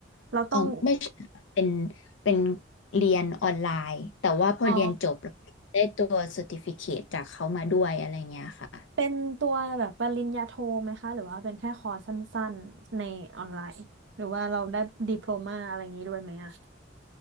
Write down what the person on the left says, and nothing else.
เออไม่ใช่ค่ะเป็นเป็นเรียนออนไลน์แต่ว่าพอเรียนจบแล้วได้ตัวเซอร์ติฟิเคตจากเขามาด้วยอะไรเงี้ยค่ะ